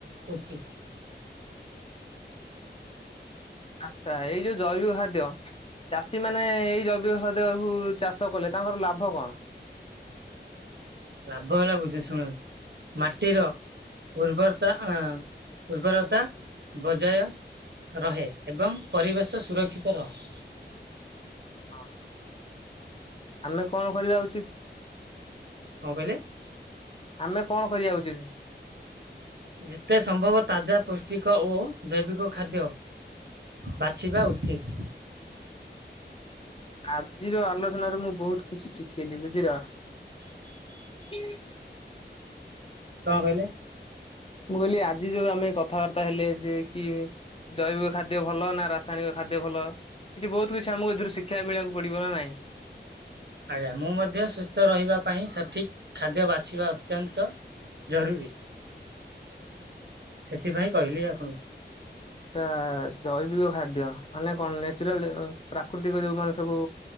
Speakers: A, on the right; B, on the left.
A: ଉଚିତ।
B: ଆଚ୍ଛା ଏଇ ଯୋଉ ଜୈବ ଖାଦ୍ୟ। ଚାଷୀ ମାନେ ଏଇ ଜୈବିକ ଚାଷ କଲେ ତାଙ୍କର ଲାଭ କଣ?
A: ଲାଭ ହେଲା ବୁଝୁ ଶୁଣ ମାଟିର ଉର୍ବରତା ଉର୍ବରତା ବଜାୟ ରହେ ଏବଂ ପରିବେଶ ସୁରକ୍ଷିତ ରହେ।
B: ହଁ। ଆମେ କଣ କରିବା ଉଚିତ?
A: କଣ କହିଲେ?
B: ଆମେ କଣ କରିବା ଉଚିତ?
A: ଯେତେ ସମ୍ଭବ ତାଜା ପୃଷ୍ଟିକ ଓ ଜୈବିକ ଖାଦ୍ୟ ବାଛିବା ଉଚିତ୍।
B: ଆଜିର ଆଲୋଚନାରେ ମୁଁ ବହୁତ କିଛି ଶିଖିଲି ବୁଝି <unintelligible>
A: କଣ କହିଲେ?
B: ମୁଁ କହିଲି ଆଜି ଯୋଉ ଆମେ କଥାବାର୍ତ୍ତା ହେଲେ ଯେ କି ଜୈବିକ ଖାଦ୍ୟ ଭଲ ନା ରାସାୟନିକ ଖା ଖାଦ୍ୟ ଭଲ କିଛି ବହୁତ କିଛି ଆମକୁ ଏଥିରୁ ଶିକ୍ଷା ମିଳିବାକୁ ପଡିବ ନା ନାହିଁ?
A: ଆଜ୍ଞା ମୁଁ ମଧ୍ୟ ସୁସ୍ଥ ରହିବା ପାଇଁ ସଠିକ ଖାଦ୍ୟ ବାଛିବା ଅତ୍ୟନ୍ତ। ଜରୁରୀ ସେଥିପାଇଁ କହିଲି ଆପଣଙ୍କୁ।
B: ଆଚ୍ଛା ଜୈବିକ ଖାଦ୍ୟ ମାନେ କଣ ନେଚୁରାଲ ପ୍ରାକୃତିକ ଯୋଉ ମାନେ ସବୁ